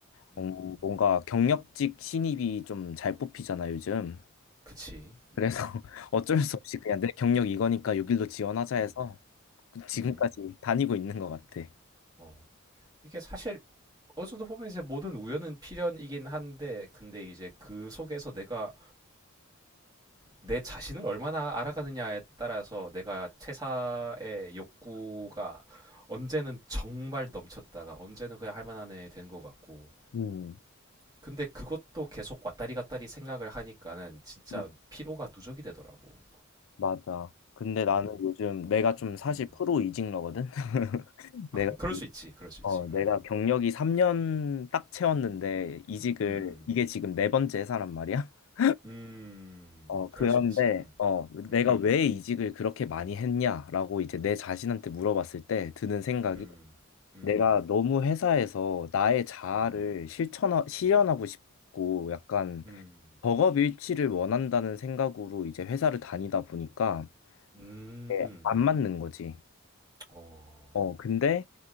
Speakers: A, on the right; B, on the left.
A: 음.
B: 어, 뭔가 경력직 신입이 좀 잘 뽑히잖아 요즘
A: 그치. 음.
B: 그래서 <laughs> 어쩔 수 없이 그냥 내 경력 이거니까 여길로 지원하자
A: 음.
B: 해서 지금까지
A: 음.
B: 다니고 있는 것 같아.
A: 어. 이게 사실 어느 정도 보면 이제 모든 우연은 필연이긴 한데 근데 이제 그 속에서 내가 내 자신을 얼마나 알아가느냐에 따라서 내가 퇴사의 욕구가 언제는 정말 넘쳤다가 언제는 그냥 할 만한 애 되는 것 같고
B: 음,
A: 근데 그것도 계속 왔다리 갔다리 생각을 하니까는 진짜
B: 음,
A: 피로가 누적이 되더라고.
B: 맞아. 근데 나는
A: 음.
B: 요즘 내가 좀 사실
A: 음.
B: 프로 이직러거든? <laughs> 내가,
A: <laughs> 그럴 수 있지. 그럴 수 있지.
B: 어, 내가
A: 음.
B: 경력이 3년 딱 채웠는데
A: 음.
B: 이직을,
A: 음.
B: 이게 지금 네 번째 회사란 말이야? <laughs>
A: 음.
B: 어, 그런데,
A: 그럴 수 있지. 음.
B: 어,
A: 음.
B: 내가 왜 이직을 그렇게 많이 했냐라고 이제 내 자신한테 물어봤을 때 드는 생각이
A: 음. 음.
B: 내가
A: 음.
B: 너무 회사에서 나의 자아를
A: 음.
B: 실천, 실현하고
A: 음.
B: 싶고 약간
A: 음.
B: 버업 일치를 원한다는 생각으로 이제 회사를 다니다 보니까
A: 음.
B: 이게
A: 음.
B: 안 맞는 거지.
A: 어.
B: 어, 근데